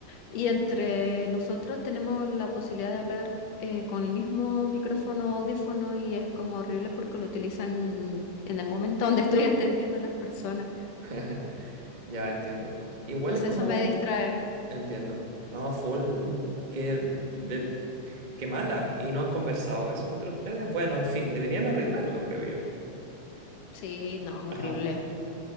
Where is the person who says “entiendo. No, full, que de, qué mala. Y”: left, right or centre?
Right